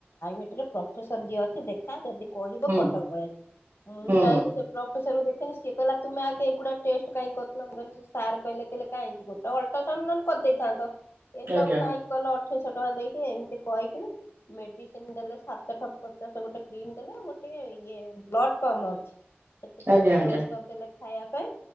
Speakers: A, on the left (about 75°); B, on the right (about 85°).
A: ରେ ପ୍ରଫେସର ଯିଏ ଅଛି ଦେଖା, ଯଦି କହିବ
B: ହୁଁ
A: କଟକଳେ, ମୁଁ
B: ହୁଁ
A: ଯାଇକି ସେ ପ୍ରଫେସରକୁ ଦେଖେନି ସିଏ କିଲ ତମେଗ କେଗୁଡା ଟେଷ୍ଟ କାଇଁ କରୁଥିଲ, ସାର୍ କହିଲେ କିଲେ କାହିଁକି ଗୋଟେ ଅଲଟ୍ରାସାଉଣ୍ଡ ନ କରିଦେଇଥାନ୍ତ। ଏଟାକୁ
B: ଆଜ୍ଞା
A: କାହିଁକିକଲ ଅଠେଇଶହଟଙ୍କା ଦେଇକି ଏମିତି କହିକିନି ମେଡିସିନ ଦେଲେ ସାତ <inaudible> ଗୋଟେ କ୍ରିମଦେଲେ ଗୋଟେ ଟିକେ ଇଏ ବ୍ଲଡ୍ କମ୍, ସେଥିପାଇଁ
B: ଆଜ୍ଞା
A: ଗୋଟେ
B: ଆଜ୍ଞା
A: ଔଷଧଦେଲେ ଖାଇବାପାଇଁ।